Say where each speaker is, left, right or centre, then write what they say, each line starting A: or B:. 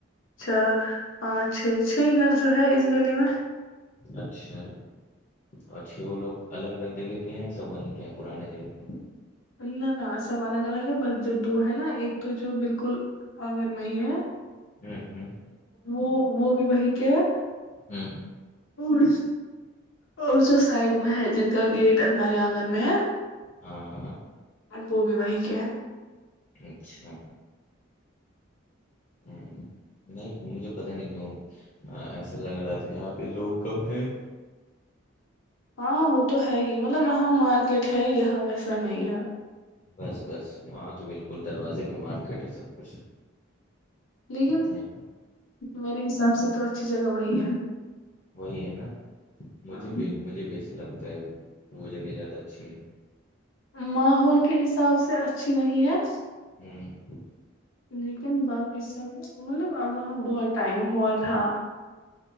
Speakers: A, on the left; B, on the left.
A: چار پانچ چھ چھ گھر جو ہے اس گلی میں
B: اچھا اور چھ وہ لوگ الگ الگ جگہ کے ہیں سب وہیں کے ہیں پرانے جگہ کے
A: نہ نہ سب الگ الگ ہے بس جو دو ہے نا ایک تو جو بالکل اگر میں ہی ہے
B: ہوں ہوں
A: وہ وہ بھی وہی کے ہے
B: ہوں
A: اور اور جو سائڈ میں ہے جن کا گیٹ ہمارے آنگن میں ہے
B: ہاں ہاں
A: اور وہ بھی وہی کے ہیں
B: اچھا
A: <inaudible>
B: ہوں، نہیں مجھے پتاہ نہیں کیوں ایسا لگ رہا تھا یہاں پہ لوگ کم ہیں
A: ہاں وہ تو ہے ہی مطلب وہاں مارکیٹ ہے یہاں ویسا نہیں ہے
B: بس بس وہاں تو بالکل دروازے پہ مارکیٹ ہے سب کچھ
A: لیکن
B: ہ
A: میرے حساب سے تو اچھی جگہ وہی ہے
B: وہی ہے نا
A: ہاں
B: مجھے بھی مجھے بھی ایسا لگتا ہے وہ جگہ زیادہ اچھی ہے
A: ماحول کے حساب سے اچھی نہیں ہے
B: ہوں
A: لیکن باقی سب مطلب اب وہاں بہت ٹائم ہوا تھا